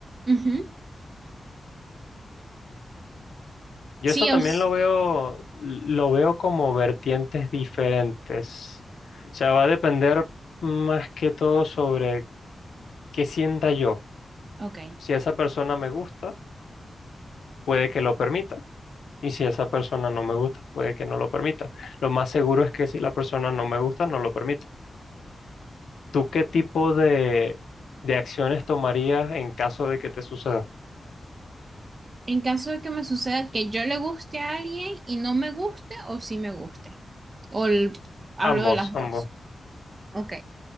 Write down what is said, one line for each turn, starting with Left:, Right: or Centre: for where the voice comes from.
Right: Ujú.
Left: Yo
Right: Sí,
Left: eso también
Right: os...
Left: lo veo, lo veo como vertientes diferentes. O sea, va a depender más que todo sobre qué sienta yo.
Right: Ok.
Left: Si esa persona me gusta, puede que lo permita. Y si esa persona no me gusta, puede que no lo permita. Lo más seguro es que si la persona no me gusta, no lo permita. ¿Tú qué tipo de, de acciones tomarías en caso de que te suceda?
Right: En caso de que me suceda que yo le guste a alguien y no me guste o sí me guste. O el- hablo
Left: Ambos,
Right: de las dos.
Left: ambos.
Right: Ok.